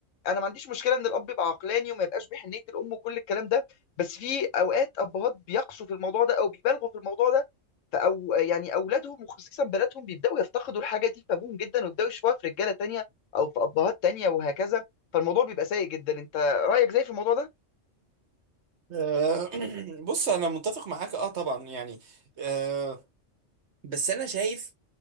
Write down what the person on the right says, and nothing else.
آه، <clears throat> بص أنا متفق معاك أه طبعا يعني آه، بس أنا شايف